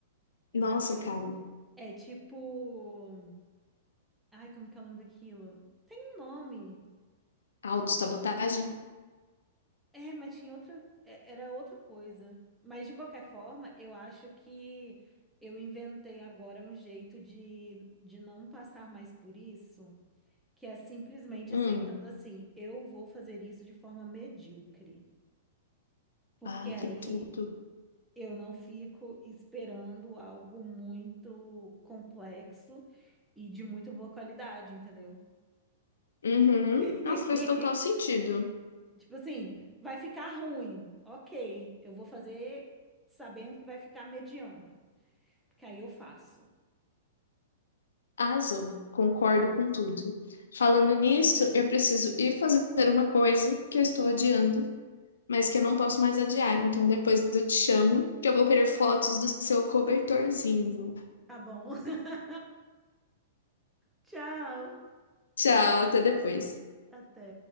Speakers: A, in the centre; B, on the left (about 85°).
A: Exatamente.
B: Nossa, cara.
A: É tipo. Ai, como que é o nome daquilo? Tem um nome.
B: Autossabotagem?
A: um É, mas tinha outra, é- era outra coisa. Mas de qualquer forma, eu acho que eu inventei agora um jeito de, de não passar mais por isso, que é simplesmente
B: Hum,
A: aceitando assim, eu vou fazer isso de forma medíocre. Porque
B: ai,
A: aí
B: que tudo.
A: eu não fico esperando algo muito complexo e de muito boa qualidade, entendeu?
B: Uhum.
A: <laughs>
B: Nossa, faz total sentido.
A: Tipo assim, vai ficar ruim. Ok, eu vou fazer sabendo que vai ficar mediano. Porque aí eu faço.
B: Arrasou. Concordo com tudo. Falando nisso, eu preciso ir fazer uma coisa que eu estou adiando,
A: Uhum.
B: mas que eu não posso mais adiar. Então depois eu te chamo, que eu vou querer fotos do seu cobertorzinho.
A: Tá bom. <laughs> Tchau.
B: Tchau, até depois.
A: Até.